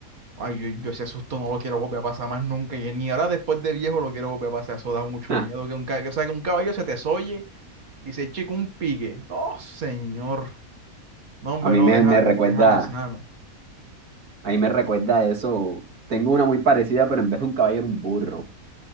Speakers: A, on the right; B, on the right.
A: Ay, yo, yo ese susto no lo quiero volver a pasar más nunca. Y ni ahora después de viejo lo quiero volver a pasar. Eso da mucho
B: ah,
A: miedo. Que un, ca- que, o sea, que un caballo se te solle y se eche con un pique. No, señor. No, hombre,
B: a mí
A: no,
B: me,
A: deja,
B: me recuerda,
A: déjame sano.
B: a mí me recuerda eso. Tengo una muy parecida, pero en vez de un caballo era un burro.